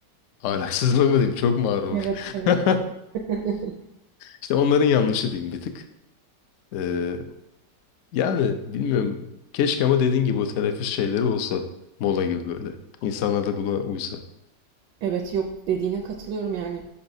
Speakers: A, on the left (about 70°); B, on the right (about 75°).
A: ahlaksızlığı mı diyeyim çok mu ağır olur.
B: Evet, evet.
A: <laughs>
B: <laughs>
A: İşte onların yanlışı diyeyim bir tık. Eee, yani bilmiyorum keşke ama dediğin gibi o teneffüs şeyleri olsa mola gibi böyle. İnsanlar da buna uysa.
B: Evet, yok dediğine katılıyorum yani.